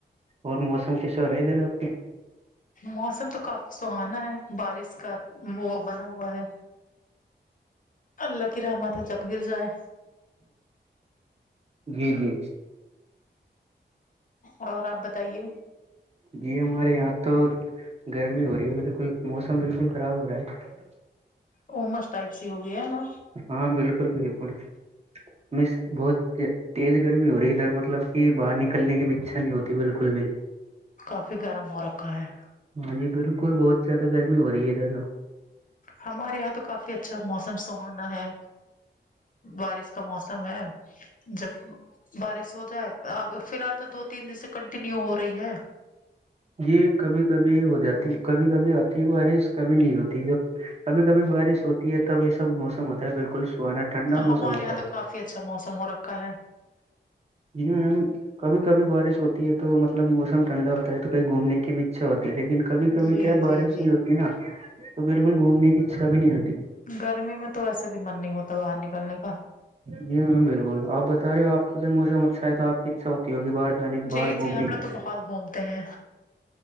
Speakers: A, on the right (about 35°); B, on the left (about 45°).
A: اور موسم کیسے ہو رہا ہے ادھر آپ کے
B: موسم تو کافی سہانا ہے بارش کا منہ بنا ہوا ہے اللہ کی رحمت ہے جب گر جائے
A: جی جی
B: اور آپ بتائیے
A: جی ہمارے یہاں تو گرمی ہو رہی ہے بالکل موسم بالکل خراب ہو رہا ہے
B: ا مس ائپ س ہو گیا ہے نا
A: ہاں بالکل بالکل مس بہت تیز گرمی ہو رہی ہے ادھر مطلب کہ باہر نکلنے کی بھی اچھا نہیں ہوتی بالکل بھی
B: کافی گرم ہو رکھا ہے
A: ہاں جی بالکل بہت زیادہ گرمی ہو رہی ہے ادھر
B: ہمارے یہاں تو کافی اچھا موسم سہانا ہے بارش کا موسم ہے جب بارش ہو جائے اب فی الحال تو دو تین دن سے کنٹینیو ہو رہی ہے
A: یہ کبھی کبھی ہو جاتی کبھی کبھی آتی ہے بارش کبھی نہیں ہوتی جب کبھی کبھی بارش ہوتی ہے تب یہ سب موسم ہوتا ہے بالکل سہانا ٹھنڈا موسم
B: ہمارے
A: ہوتا
B: یہاں
A: ہے
B: تو کافی اچھا موسم ہو رکھا ہے
A: جی میم کبھی کبھی بارش ہوتی ہے تو مطلب موسم ٹھنڈا ہوتا تو کہیں گھومنے کی بھی اچھا ہوتی ہے لیکن کبھی کبھی
B: جی
A: کیا
B: جی
A: بارش
B: جی
A: نہیں ہوتی نا تو بالکل گھومنے کی اچھا بھی نہیں ہوتی
B: گرمی میں تو ویسا بھی من نہیں ہوتا باہر نکلنے کا
A: جی میم بالکل آپ بتا رہے ہو آپ کے ادھر موسم اچھا ہے تو آ کی اچھا ہوتی ہوگی باہر جانے کی
B: جی
A: باہر گھومنے
B: جی ہم لوگ
A: کی
B: تو بہت گھومتے ہیں